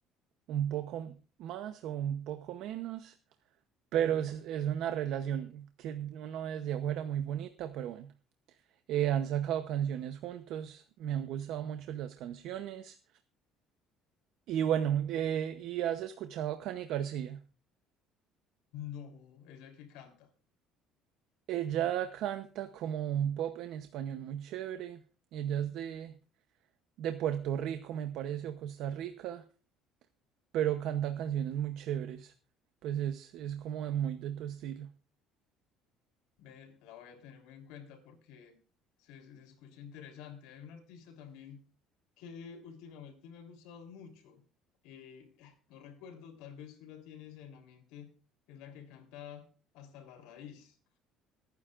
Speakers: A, on the right; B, on the left.
A: un poco más o un poco menos, pero es, es una relación que uno ve desde afuera muy bonita, pero bueno. Eh, han sacado canciones juntos, me han gustado mucho las canciones. Y bueno, eh, y has escuchado a Cani García.
B: No, ella que canta.
A: Ella canta como un pop en español muy chévere. Ella es de, de Puerto Rico, me parece, o Costa Rica, pero canta canciones muy chéveres. Pues es, es como de muy de tu estilo.
B: Ve, la voy a tener muy en cuenta porque se, se escucha interesante. Hay un artista también que últimamente me ha gustado mucho. Eh, no recuerdo, tal vez tú la tienes en la mente, que es la que canta Hasta la Raíz.